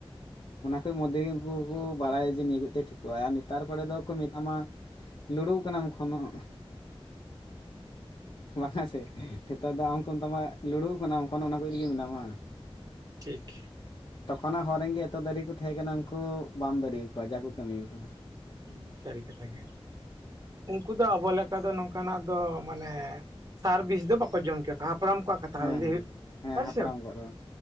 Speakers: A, on the left (about 50°); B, on the right (about 35°).
A: ᱚᱱᱟ ᱠᱚ ᱢᱚᱫᱷᱮ ᱜᱮ ᱩᱝᱠᱩ ᱠᱚ ᱵᱟᱲᱟᱭᱟ ᱡᱮ ᱱᱤᱭᱟᱹ ᱠᱚᱡ ᱛᱮ ᱴᱷᱤᱠᱚᱜᱼᱟ᱾ ᱟᱨ ᱱᱮᱛᱟᱨ ᱠᱚᱨᱮ ᱫᱚᱠᱚ ᱢᱮᱛᱟᱢᱟ, ᱞᱳ ᱲᱩᱣ ᱠᱟᱱᱟᱢ ᱠᱷᱚᱱᱚᱜ ᱵᱟᱝᱟ ᱥᱮ᱾ ᱛᱟᱨ ᱫᱚ ᱟᱢ ᱠᱚ ᱢᱮᱛᱟᱢᱟ ᱞᱩᱲᱩᱣ ᱠᱟᱱᱟᱢ ᱚᱠᱷᱚᱱᱚ ᱚᱱᱟ ᱠᱚᱡ ᱨᱮᱜᱮ ᱢᱮᱱᱟᱢᱟ᱾
B: ᱴᱷᱤᱠ
A: ᱠᱷᱚᱱᱟᱜ ᱦᱚᱨ ᱨᱮᱱᱜᱮ ᱮᱛᱚ ᱫᱟᱨᱮ ᱠᱚ ᱛᱟᱦᱮᱸ ᱠᱟᱱᱟ ᱩᱝᱠᱩ ᱵᱟᱢ ᱫᱟᱨᱮᱭ ᱟᱠᱚᱣᱟ ᱡᱟ ᱠᱚ ᱠᱟᱹᱢᱤ ᱟᱠᱟᱫᱟ᱾
B: ᱦᱮᱸ ᱥᱟᱹᱨᱤ ᱠᱟᱛᱷᱟ ᱜᱮ ᱩᱱᱠᱩ ᱫᱚ ᱟᱵᱚ ᱞᱮᱠᱟ ᱫᱚ ᱱᱚᱝᱠᱟᱱᱟᱜ ᱫᱚ ᱢᱟᱱᱮ ᱥᱟᱨᱵᱷᱤᱥ ᱫᱚ ᱵᱟᱠᱚ ᱡᱚᱢ ᱪᱚ ᱠᱚᱣᱟ ᱦᱟᱯ ᱦᱟᱯᱲᱟᱢ ᱠᱚᱣᱟᱜ ᱠᱟᱛᱷᱟ
A: ᱦᱮᱸ
B: ᱦᱚᱸ ᱞᱟᱹᱭ
A: ᱦᱮᱸ
B: ᱦᱩᱭ
A: ᱦᱟᱯᱲᱟᱢ
B: ᱥᱮ
A: ᱠᱚᱣᱟᱜ ᱫᱚ